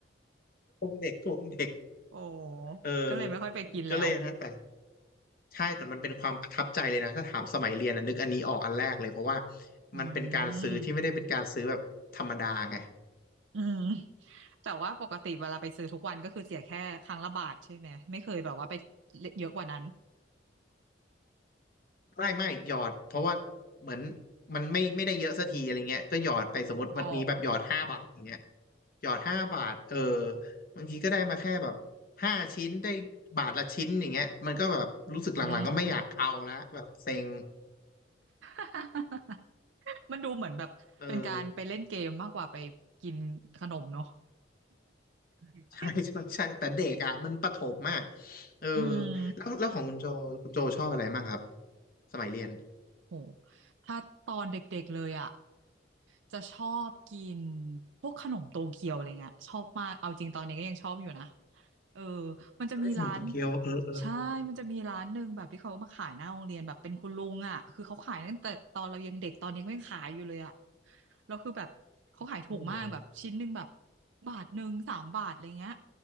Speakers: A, on the left; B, on the right.
A: โกงเด็กโกงเด็ก
B: <laughs> โอ้
A: เออ
B: ก็เลยไม่ค่อยไปกินแล้ว
A: ก็เลยนะแต่ใช่แต่มันเป็นความประทับใจเลยนะถ้าถามสมัยเรียนอ่ะนึกอันนี้ออกอันแรกเลยเพราะว่า
B: อื
A: มันเป็นการซื้อที่ไม่ได้เป็นการซื้อแบบธรรมดาไง
B: มอืมแต่ว่าปกติเวลาไปซื้อทุกวันก็คือเสียแค่ครั้งละบาทใช่ไหมไม่เคยแบบว่าไปเยอะกว่านั้น
A: ไม่ไม่หยอดเพราะว่าเหมือนมันไม่ไม่ได้เยอะสักทีอะไรเงี้ยก็หยอดไปสมมติวันนี้แบบหยอดห้าบาทอย่างเงี้ย
B: อ๋อ
A: หยอดห้าบาทเออบางทีก็ได้มาแค่แบบห้าชิ้นได้บาทละชิ้นอย่างเงี้ยมันก็แบบรู้สึกหลังๆก็ไม่อยากเอาละแบบเซ็ง
B: อืม <laughs> มันดูเหมือนแบบเป็นการไปเล่นเกมมากกว่าไปกินขนมเนาะ
A: เออ
B: <laughs>
A: ใช่ใช่ใช่แต่เด็กอ่ะมันประถมอ่ะเออ
B: อืม
A: แล้วแล้วของคุณโจคุณโจชอบอะไรมากครับสมัยเรียน
B: โหถ้าตอนเด็กๆเลยอ่ะ จะชอบกินพวกขนมโตเกียวอะไรเงี้ยชอบมากเอาจริงตอนนี้ก็ยังชอบอยู่นะเออมันจะมีร้าน
A: เล่นสมุนโตเกียวเออเออ
B: ใช่มันจะมีร้านหนึ่งแบบที่เขามาขายหน้าโรงเรียนแบบเป็นคุณลุงอ่ะคือเขาขายตั้งแต่ตอนเรายังเด็กตอนนี้ก็ยังขายอยู่เลยอ่ะแล้วคือแบบเขาขายถูกมากแบบชิ้นหนึ่งแบบ
A: อ๋อเหรอ
B: บาทหนึ่งสามบาทอะไรเงี้ย